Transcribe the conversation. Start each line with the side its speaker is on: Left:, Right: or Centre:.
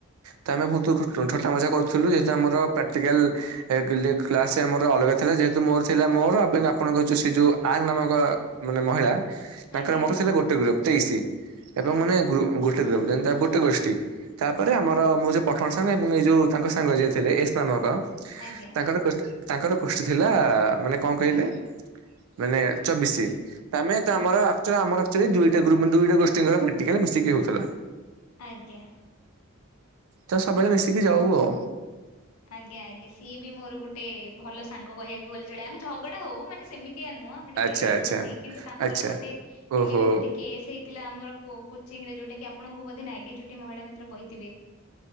Right: ତ ଆମେ ବହୁତୁ <unintelligible> ଥଟ୍ଟା ମଜା କରୁଥିଲୁ ଯେହେତୁ ଆମର ପ୍ରାକ୍ଟିକାଲ୍ <unintelligible> କ୍ଲାସ୍ ଆମର ଅଲଗା ଥିଲା ଯେହେତୁ ମୋର ଥିଲା ମୋର ଏବଂ ଆପଣଙ୍କ ଯୋଉ ସେ ଯୋଉ ଆର୍ ନାମକ ମାନେ ମହିଳା ତାଙ୍କର
Left: ଆଜ୍ଞା
Right: ମୋର ଥିଲା ଗୋଟେ ଗ୍ରୁପ୍ ତେଇଶି। ଏବଂ
Left: ଆଜ୍ଞା
Right: ମାନେ ଗ୍ରୁ ଗୋଟେ ଗ୍ରୁପ୍ <unintelligible> ଗୋଟେ ଗୋଷ୍ଠୀ। ତାପରେ ଆମର ମୁଁ ଯୋଉ ପଠାଣ ସାଙ୍ଗ ଏବଂ ଏଇ ଯୋଉ ତାଙ୍କ ସାଙ୍ଗ ଯିଏ ଥିଲେ ଏସ୍ ନାମକ
Left: ଆଜ୍ଞା।
Right: ତାଙ୍କର <unintelligible> ତାଙ୍କର ଗୋଷ୍ଠୀ ଥିଲା ମାନେ କଁ କହିଲେ ମାନେ ଚବିଶି ତାମେ ତ ଆମର <unintelligible> <unintelligible> ପ୍ରାକ୍ଟିକାଲ ମିଶିକି ହଉଥିଲା।
Left: ଆଜ୍ଞା।
Right: ତ ସବୁବେଳେ ମିଶିକି ଯାଉ ଆଉ।
Left: ଆଜ୍ଞା ଆଜ୍ଞା ସିଏ ବି ମୋର ଗୋଟେ ଭଲ ସାଙ୍ଗ କହିବାକୁ ଗଲେ ଚଳେ ଆମେ ଝଗଡା ହଉ ମାନେ ସେମିତି ଏମିତିଆ ନୁହଁ ଆମେ ଟିକେ
Right: ଆଚ୍ଛା ଆଚ୍ଛା
Left: ବେଶୀ କିନ୍ତୁ ତାଙ୍କର
Right: ଆଚ୍ଛା
Left: ଗୋଟେ
Right: ଓହୋ।
Left: ଏମିତି ଗୋଟେ କେସ୍ ହେଇଥିଲା ଆମର କୋଚିଂରେ ଯୋଉଟା କିି ଆପଣଙ୍କୁ ବୋଧେ ମ୍ୟାଗି ଚୁଟି ମହିଳା ମିତ୍ର କହିଥିବେ?